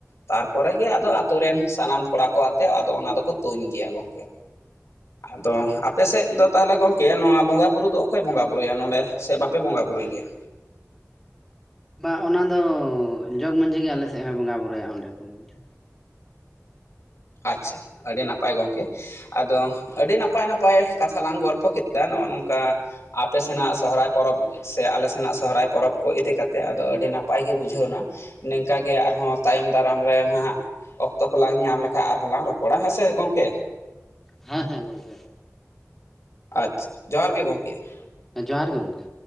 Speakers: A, on the left (about 60°); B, in the centre.
A: ᱛᱟᱨᱯᱚᱨᱮ ᱜᱮ ᱟᱫᱚ ᱟᱛᱳ ᱨᱮᱱ ᱥᱟᱱᱟᱢ ᱠᱚᱲᱟ ᱠᱚ ᱟᱛᱮᱜ ᱟᱫᱚ ᱚᱱᱟ ᱫᱚᱠᱚ ᱛᱩᱧ ᱜᱮᱭᱟ ᱜᱚᱝᱠᱮ᱾ ᱟᱫᱚ, ᱟᱯᱮ ᱥᱮᱫ ᱫᱚ ᱛᱟᱦᱚᱸᱞᱮ ᱜᱚᱢᱠᱮ ᱱᱚᱣᱟ ᱵᱚᱸᱜᱟ ᱵᱩᱨᱩ ᱫᱚ ᱚᱠᱚᱭ ᱵᱚᱸᱜᱟ ᱵᱩᱨᱩᱭᱟ ᱱᱚᱰᱮ ᱥᱮ ᱵᱟᱯᱮ ᱵᱚᱸᱜᱟ ᱵᱩᱨᱩᱭ ᱜᱮᱭᱟ?
B: ᱵᱟ ᱚᱱᱟ ᱫᱚ ᱡᱚᱜᱽ ᱢᱟᱺᱡᱷᱤ ᱜᱮ ᱟᱞᱮ ᱥᱮᱫ ᱦᱚᱸᱭ ᱵᱚᱸᱜᱟ ᱵᱩᱨᱩᱭᱟ ᱚᱸᱰᱮ ᱠᱩᱰᱤᱢ ᱴᱷᱮ
A: ᱟᱪᱪᱷᱟ ᱟᱹᱰᱤ ᱱᱟᱯᱟᱭ ᱜᱚᱝᱠᱮ᱾ ᱟᱫᱚ ᱟᱹᱰᱤ ᱱᱟᱯᱟᱭ ᱱᱟᱯᱟᱭ ᱠᱟᱛᱷᱟ ᱞᱟᱝ ᱜᱚᱞᱯᱷᱚ ᱠᱮᱫᱟ ᱱᱚᱜ-ᱚ ᱱᱚᱝᱠᱟ᱾ ᱟᱯᱮ ᱥᱮᱱᱟᱜ ᱥᱚᱦᱨᱟᱭ ᱯᱚᱨᱚᱵᱽ ᱥᱮ ᱟᱞᱮ ᱥᱮᱱᱟᱜ ᱥᱚᱦᱚᱨᱟᱭ ᱯᱚᱨᱚᱵᱽ ᱠᱚ ᱤᱫᱤ ᱠᱟᱛᱮᱫ ᱟᱫᱚ ᱟᱹᱰᱤ ᱱᱟ ᱯᱟᱭ ᱜᱮ ᱵᱩᱡᱷᱟᱹᱣ ᱮᱱᱟ ᱱᱮᱝᱠᱟ ᱜᱮ ᱟᱨᱦᱚᱸ ᱛᱟᱭᱚᱢ ᱫᱟᱨᱟᱢ ᱨᱮ ᱱᱟᱦᱟᱸᱜ ᱚᱠᱛᱚ ᱠᱚᱞᱟᱝ ᱧᱟᱢ ᱞᱮᱠᱷᱟ ᱟᱨᱦᱚᱸᱞᱟᱝ ᱨᱚᱯᱚᱲᱟ ᱦᱮᱸ ᱥᱮ ᱜᱚᱝᱠᱮ᱾
B: ᱦᱮᱸ ᱦᱮᱸ ᱜᱚᱝᱠᱮ᱾
A: ᱟᱪᱪᱷᱟ ᱡᱚᱦᱟᱨ ᱜᱮ ᱜᱚᱝᱠᱮ ᱾
B: ᱡᱚᱦᱟᱨ ᱜᱮ ᱜᱚᱝᱠᱮ᱾